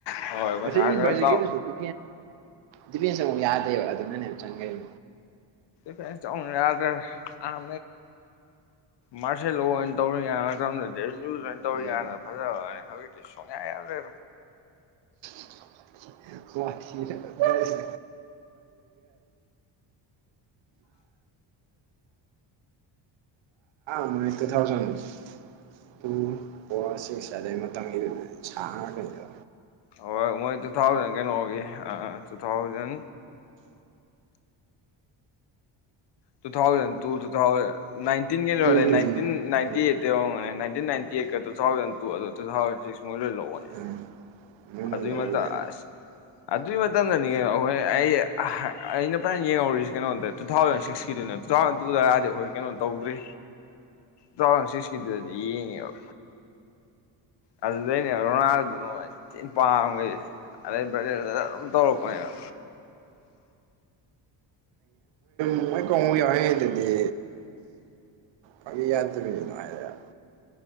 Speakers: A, on the left; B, on the right.
A: ꯍꯣꯏ ꯃꯁꯥ
B: ꯑꯁꯦ
A: ꯈꯔ ꯆꯥꯎ
B: ꯁꯦꯒꯦꯗꯁꯨ ꯐꯤ ꯗꯤꯄꯦꯟꯁ ꯑꯃꯨꯛ ꯌꯥꯗꯦꯕ ꯑꯗꯨꯅꯅꯦꯕ ꯆꯪꯈꯩ
A: ꯐ ꯌꯥꯗ ꯑꯅ ꯃꯥꯁ ꯂꯩꯅ ꯇꯧꯔ ꯌꯨ ꯇꯧꯔꯤ
B: ꯎꯝ
A: ꯀꯥꯟꯗ ꯐꯖꯕꯩ ꯋꯥꯅꯦ ꯍꯧꯖꯤꯛꯇ ꯁꯣꯡꯌꯥ ꯌꯥꯗ꯭ꯔꯦ
B: <inaudible> ꯀꯊꯤ ꯖꯔꯒꯦ <inaudible> ꯃꯛꯇ ꯊꯥꯎꯁ <inaudible> ꯇꯨ ꯐꯣꯔꯁꯤꯡꯁꯦ ꯑꯗꯩ ꯃꯇꯝꯒꯤꯗ ꯁꯥꯥꯡ ꯀꯩꯗꯣ
A: ꯍꯣꯏ ꯃꯣꯏ ꯇꯨ ꯊꯥꯎꯖꯟ ꯀꯩꯅꯣꯒꯤ ꯑ two thousand two thousand two two thousand nineteen ꯀꯩꯅꯣ
B: ꯇꯨꯗꯨꯁꯨ
A: ꯅꯥꯏꯇꯤꯟ
B: ꯎꯝ
A: ꯅꯥꯏꯟꯇꯤ ꯑꯩꯠꯇ ꯌꯧꯔꯝꯒꯅꯤ ꯅꯥꯏꯟꯇ ꯑꯩꯠꯠꯇ ꯇꯨ ꯊꯥꯎꯖꯟ ꯇꯨ ꯑꯗꯨ ꯇꯨ ꯊꯥꯎꯖꯟ ꯁꯤꯛꯁ ꯃꯣꯏ ꯂꯣꯏ ꯂꯧꯕꯅꯦ
B: ꯎꯝ
A: ꯑꯗꯨꯢ
B: ꯃꯣꯏꯅ ꯂꯧꯔꯤꯅꯦ
A: ꯃꯇꯝ ꯑꯗꯨꯒꯤ ꯃꯇꯝꯗꯅꯤ ꯀꯩꯅꯣ ꯍꯣꯏ ꯑꯩ ꯑꯩꯅ ꯐꯖꯅ ꯌꯦꯡꯍꯧꯔꯤꯁꯤ ꯀꯩꯅꯣꯗ ꯇꯨ ꯊꯥꯎꯖꯟ ꯁꯤꯛꯁꯀꯤ ꯇꯨ ꯊꯥꯎꯟ ꯇꯨꯗ ꯍꯥꯏꯗꯤ ꯑꯩꯈꯣꯏ ꯀꯩꯅꯣ ꯇꯧꯗ꯭ꯔꯤ ꯇ ꯁꯤꯁ ꯀꯗꯨꯗꯤ ꯌꯦꯡꯌꯦꯕ ꯑꯗꯨꯗꯩꯅꯦ ꯔꯣꯅꯥꯜꯗꯨ ꯊꯤꯅ ꯄꯥꯝꯈꯔꯤꯁꯦ ꯑꯗꯩ ꯕꯔꯖꯤꯟꯗ ꯑꯗꯨꯝ ꯇꯧꯔꯛꯄꯅꯦ
B: ꯃꯣꯢ ꯀꯪꯕꯨ ꯌꯥꯎꯔꯤꯉꯩꯗꯗꯤ ꯀꯉ ꯌꯥꯇꯉꯔ <inaudible>